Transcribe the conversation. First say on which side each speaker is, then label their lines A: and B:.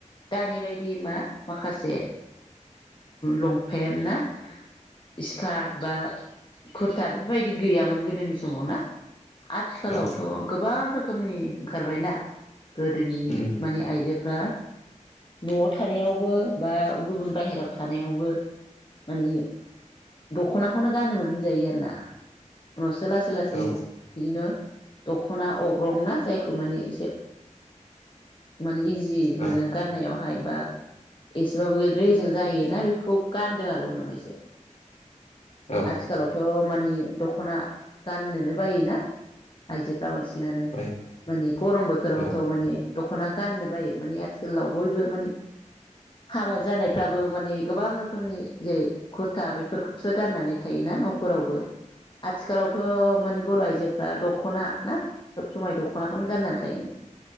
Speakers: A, on the left (about 40°); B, on the left (about 60°).
A: दानि बायदि मा माखासे लंपेन्ट ना इसकार्ट बा कुरटा बेफोरबायदि गैयामोन गोदोनि समाव ना आथिखालावथ'
B: औ
A: गोबां रोखोमनि ओंखारबायना गोदोनि
B: उम
A: मानि आइजोफ्रा न'आव थानायावबो बा गुबुन बाहेरायाव थानायावबो मानि दख'नाखौनो गानोमोन होनजायो आरो ना उनावसो सो लासै लासै
B: औ
A: बिदिनो दख'ना अग्रं ना जायखौ माने एसे माने इजि जि मोनो
B: औ
A: गाननायावहाय बा एसेबाबो रेजें जायोना बेफोरखौ गानदों आरो उनावहायसो
B: औ
A: आथिखालावथ' मानि दख'ना गाननोनो बायोना आइजो बांसिनानो
B: बाय
A: मानि गरम बोथोरावथ'
B: औ
A: माने दख'ना गाननो बायो माने आथिखालाव बयबो माने हाबा जानायफ्राबो माने गोबां रोखोमनि जेरै खुरथा बेफोरखौसो गाननानै थायोना न'फोरावबो आथिखालावथ' मानि बर' आइजोफ्रा दख'ना ना सब समाय दख'नाखौनो गाननानै थायोमोन